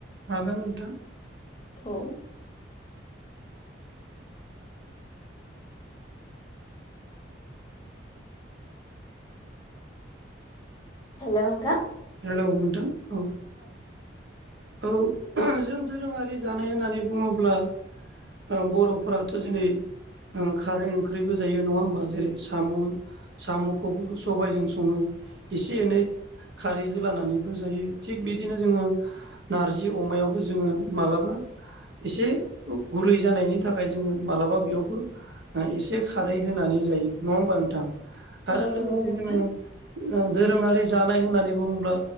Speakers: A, on the right (about 60°); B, on the left (about 20°).
A: हागोन नोंथां‌।
B: औ हेल' नोंथां
A: हेल' नथां औ औ जों दोरोङारि जानाय होननानै बुङोब्ला ओ बर'फोराथ' दिनै ओ खारै ओंख्रिबो जायो नङा होमबा जेरै साम' साम'खौबो सबायाइजों सङो। इसे एनै खारै होलानानैबो जायो थिग बिदिनो जोङो नारजि अमायावबो जोङो मालाबा एसे गुरै जानायनि थाखाय जोङो मालाबा बेयावबो एसे खारै होनानै जायो नङा होमबा नोंथां? आरो
B: औ
A: लोगोसे
B: नंगौ नोंथां
A: जोङो दोरोङारि जानाय होननानै बुङोब्ला